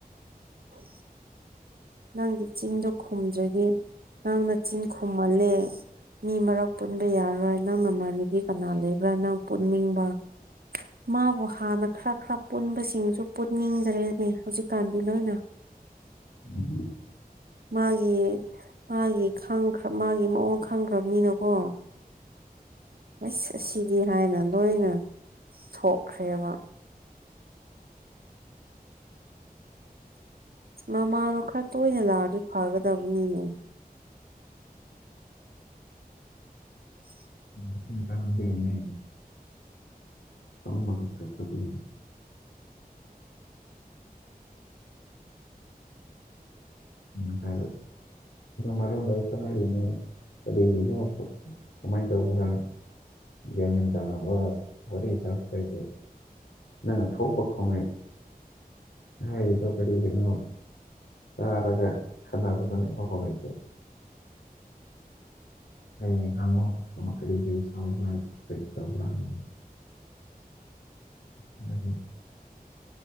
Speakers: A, on the right (about 75°); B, on the left (about 85°).
A: ꯎ ꯅꯪꯒꯤ ꯆꯤꯟꯗꯣ ꯈꯨꯝꯗ꯭ꯔꯗꯤ ꯅꯪꯅ ꯆꯤꯟ ꯈꯨꯝꯃꯜꯂꯦ ꯃꯤ ꯃꯔꯛ ꯄꯨꯟꯕ ꯌꯥꯔꯣꯏ ꯅꯪ ꯅꯃꯥꯟꯅꯕꯤ ꯀꯅꯥ ꯂꯩꯕ꯭ꯔꯥ ꯅꯪ ꯄꯨꯟꯅꯤꯡꯕ ꯃꯥꯕꯨ ꯍꯥꯟꯅ ꯈꯔ ꯈꯔ ꯄꯨꯟꯕꯁꯤꯡꯁꯨ ꯄꯨꯟꯅꯤꯡꯗ꯭ꯔꯦꯅꯦ ꯍꯧꯖꯤꯛꯀꯥꯟꯗꯤ ꯂꯣꯏꯅ <inaudible>
B: ꯎꯝ
A: ꯃꯥꯒꯤ ꯃꯥꯒꯤ ꯃꯥꯒꯤ ꯃꯑꯣꯡ ꯈꯪꯈ꯭ꯔꯕꯅꯤꯅꯀꯣ ꯑꯁ ꯑꯁꯤꯗꯤ ꯍꯥꯏꯅ ꯂꯣꯏꯅ ꯊꯣꯛꯈ꯭ꯔꯦꯕ <inaudible> ꯃꯃꯥꯅꯣ ꯈꯔ ꯇꯣꯏꯅ ꯂꯥꯛꯑꯗꯤ ꯐꯒꯗꯕꯅꯤꯅꯦ <unintelligible>
B: ꯃꯆꯤꯟ ꯀꯟꯕꯒꯤꯅꯦ <unintelligible>
A: <unintelligible>
B: <unintelligible> ꯃꯔꯝ ꯂꯣꯏ ꯈꯟꯅꯔꯤꯅꯦ ꯀꯔꯤꯒꯤꯅꯣ ꯀꯃꯥꯏ ꯇꯧꯕ꯭ꯔ ꯒ꯭ꯌꯥꯟ ꯃꯦꯟ ꯇꯥꯟꯅꯕ ꯋꯥꯔꯤ <unintelligible> ꯅꯪꯅ ꯊꯧꯕ ꯈꯣꯝꯃꯦ ꯍꯥꯏꯗꯣ ꯀꯔꯤ ꯒꯤꯅꯣ ꯇꯥ ꯈꯔꯥ ꯈꯟꯅꯥ <unintelligible> ꯂꯩꯗꯦ <unintelligible> ꯍꯌꯦꯡ ꯍꯪꯉꯨ ꯀꯃꯥꯏ ꯀꯔꯤ ꯀꯔꯤ ꯁꯥꯎꯕ꯭ꯔꯥ ꯀꯔꯤ ꯇꯧꯕ꯭ꯔꯥ ꯍꯪꯉꯨ ꯃꯥꯒꯤ